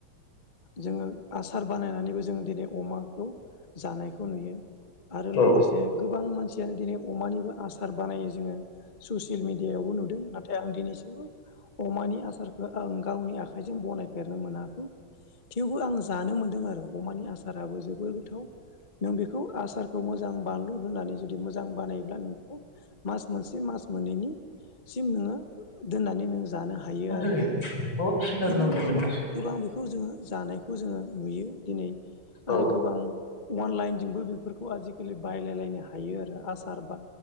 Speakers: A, on the left (about 30°); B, on the left (about 75°).
A: जोङो आसार बानायनानैबो जोङो दिनै अमाखौ जानायखौ नुयो। आरो
B: औ
A: लोगोसे गोबां मानसियानो दिनै अमानिबो आसार बानायो जोङो। ससियेल मिडियायावबो नुदों नाथाय आं दिनैसिमबो अमानि आसार आं गावनि आखाइजों बनाय फेरनो मोनाखौ थेवबो आं जानो मोनदों आरो अमानि आसाराबो जोबोर गोथाव। नों बेखौ आसार खौ मोजां बानलु होननानै जुदि मोजां बानायोब्ला नों बिखौ मास मोनसे मास मोननैनि सिम नोङो दोननानै नों जानो हायो
B: मा
A: आरो‌।
B: जायो बहुद खिलार
A: बिदिनो
B: नांगौ
A: जोङो
B: मोनसे
A: गोबां बेखौ जोङो जानायखौ जोङो नुयो दिनै।
B: औ
A: आरो गोबां अनलाइनजोंबो बेफोरखौ आजिखालि बायलायलायनो हायो आरो आसार बा